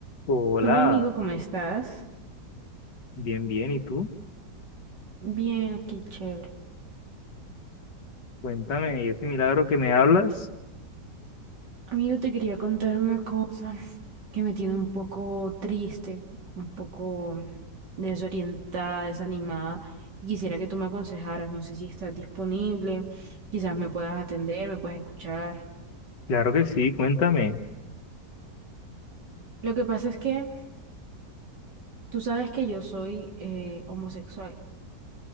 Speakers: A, on the left (about 85°); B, on the right (about 80°).
A: Hola,
B: Hola amigo, ¿cómo estás?
A: bien, bien. ¿Y tú?
B: Bien, aquí chévere.
A: Cuéntame, ¿y ese milagro que me hablas?
B: Amigo, te quería contar una cosa que me tiene un poco triste, un poco desorientada, desanimada. y Quisiera que tú me aconsejaras, no sé si estás disponible, quizás me puedas atender, me puedas escuchar.
A: Claro que sí, cuéntame.
B: Lo que pasa es que tú sabes que yo soy eh, homosexual